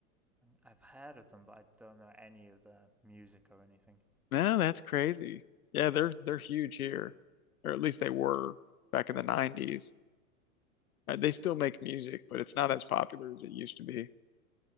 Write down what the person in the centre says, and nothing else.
I've heard of them, but I don't know any of their music or anything.